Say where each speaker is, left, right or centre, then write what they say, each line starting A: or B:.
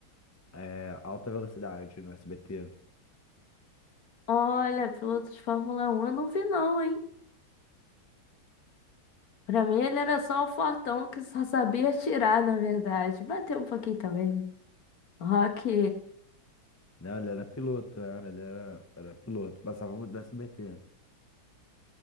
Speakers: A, on the left (about 20°); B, on the left (about 50°).
A: é, alta velocidade no SBT.
B: Olha, piloto de Fórmula um, eu não vi não, hein? Pra mim ele era só o fortão que só sabia tirar, na verdade. Bateu um pouquinho também, né? Rock.
A: Não, ele era piloto, era, ele era, era piloto. Passava muito no SBT.